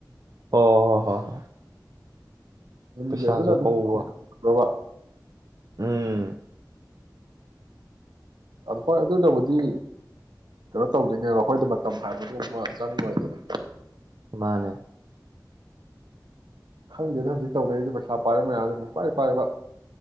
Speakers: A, on the right (about 55°); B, on the right (about 75°).
A: ꯍꯣꯏ ꯍꯣꯏ ꯍꯣꯏ ꯍꯣꯏ
B: ꯑꯗꯨꯗꯨꯅ
A: ꯄꯩꯁꯥꯁꯨ
B: ꯑꯗꯨ꯭ꯔꯚ
A: ꯍꯧꯕ
B: ꯎꯝ
A: ꯎꯝ
B: ꯑ ꯍꯣꯏ ꯑꯗꯨꯗꯕꯨꯗꯤ ꯀꯩꯅꯣ ꯇꯧꯗꯣꯏꯅꯦꯕ ꯑꯩꯈꯣꯏꯗ ꯃꯇꯝ ꯍꯥꯏꯕꯗꯨ ꯑꯃ ꯆꯪꯉꯔꯣꯏꯗꯅ
A: ꯃꯥꯃꯅꯦ
B: ꯈꯪꯗꯦꯅ ꯍꯧꯖꯤꯛ ꯇꯧꯅꯔꯤꯁꯦ ꯄꯩꯁꯥ ꯄꯥꯏꯕ ꯃꯌꯥꯝꯁꯦ ꯄꯥꯏ ꯄꯥꯏꯕ